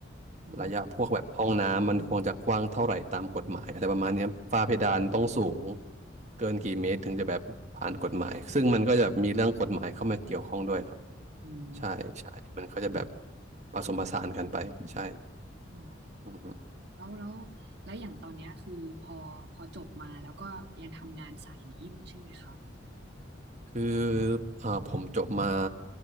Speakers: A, on the right; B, on the right.
A: อืม
B: ระยะพวกแบบห้องน้ำมันควรจะกว้างเท่าไหร่ตามกฎหมายอะไรประมาณเนี้ยฝ้าเพดานต้องสูงเกินกี่เมตรถึงจะแบบผ่านกฎหมายซึ่งมันก็จะมีเรื่องกฎหมายเข้ามาเกี่ยวข้องด้วยครับ
A: อืม
B: ใช่ใช่มันก็จะแบบผสมผสานกันไปใช่
A: อ๋อ
B: อืมอืม
A: แล้วแล้วแล้วอย่างตอนเนี้ยคือพอพอจบมาแล้วก็ยังทำงานสายนี้อยู่ใช่ไหมคะ
B: คืออ่าผมจบมา